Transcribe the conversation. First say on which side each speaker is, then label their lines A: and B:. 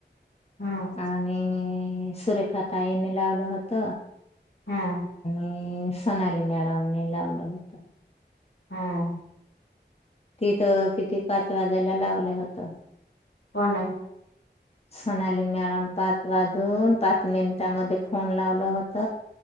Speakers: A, on the left (about 75°); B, on the left (about 35°).
A: हम्म
B: आणि सुरेखा ताईनी लावलं होत.
A: हां.
B: आणि सोनाली मॅडमने लावलं होत.
A: हा.
B: तिथ किती पाच वाजायला लावलं होत?
A: कोण हाय.
B: सोनाली मॅडम पाच वाजून पाच मिनिटांमध्ये फोन लावल होत.